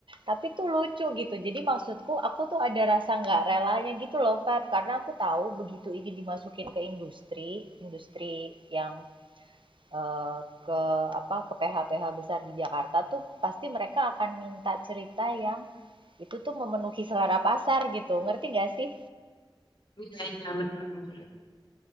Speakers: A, on the right; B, on the left.
A: Tapi tuh lucu gitu. Jadi maksudku aku tuh ada rasa nggak relanya gitu loh, Feb, karena aku tahu begitu ini dimasukin ke industri, industri yang eh, ke apa ke PH-PH besar di Jakarta tuh pasti mereka akan minta cerita yang itu tuh memenuhi selera pasar gitu. Ngerti nggak sih?
B: Iya, iya, benar, benar.